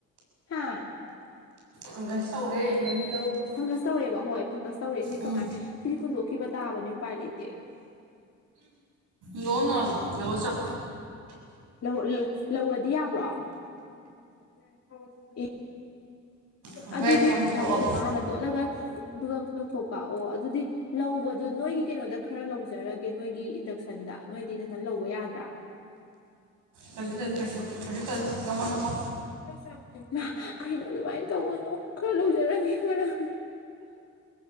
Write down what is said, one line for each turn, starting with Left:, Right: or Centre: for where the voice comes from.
Left: ꯍꯥꯥ꯫
Right: ꯐꯪꯒꯁ ꯇꯧꯔꯦ ꯅꯪꯒꯤ
Left: ꯐꯪꯒꯁ ꯇꯧꯔꯛꯑꯦꯕ ꯍꯣꯏ ꯐꯪꯒꯁ ꯇꯧꯔꯛꯑꯦ ꯁꯤ
Right: ꯎꯝ
Left: ꯀꯃꯥꯏꯅ ꯁꯤꯗꯤ ꯍꯨꯟꯗꯣꯛꯈꯤꯕ ꯇꯥꯕꯅꯤ꯫ ꯎꯄꯥꯏ ꯂꯩꯇꯦ꯫
Right: ꯍꯨꯟꯗꯣꯛꯎꯅꯣ ꯂꯧꯔ ꯆꯥꯎ꯫
Left: ꯂꯧ ꯂꯧꯔꯗꯤ ꯌꯥꯕ꯭ꯔꯣ꯫ <unintelligible>
Right: ꯍꯥꯏꯐꯦꯠ
Left: ꯑꯗꯨꯗꯤ
Right: ꯆꯥꯝꯊꯣꯛꯑꯣ
Left: ꯊꯥꯎꯒ ꯊꯨꯝꯒ ꯍꯥꯟꯅ ꯇꯣꯠꯂꯒ ꯑꯗꯨꯒ ꯂꯧꯊꯣꯛꯄ ꯑꯣ ꯑꯗꯨꯗꯤ ꯂꯧꯕꯗꯨ ꯅꯣꯏꯒꯤ ꯅꯣꯏꯒꯤ ꯀꯩꯅꯣꯗ ꯈꯔ ꯂꯧꯖꯔꯒꯦ ꯅꯣꯏꯒꯤ ꯏꯟꯗꯛꯁꯟꯗ ꯅꯣꯏꯗꯤ ꯏꯟꯗꯛꯁꯟ ꯂꯧꯕ ꯌꯥꯗ꯭ꯔꯥ꯫
Right: ꯇꯜꯂꯤ ꯇꯜꯂꯤ ꯀꯩꯁꯨ꯫ ꯀꯩꯁꯨ
Left: <unintelligible>
Right: ꯇꯜꯂꯤ ꯉꯝꯃꯣ ꯉꯝꯃꯣ
Left: ꯃꯥ ꯀꯩꯅꯣ ꯑꯗꯨꯃꯥꯏꯅ ꯇꯧꯒꯅꯣ ꯈꯔ ꯂꯧꯖꯔꯅꯤ ꯃꯔꯥꯡ꯫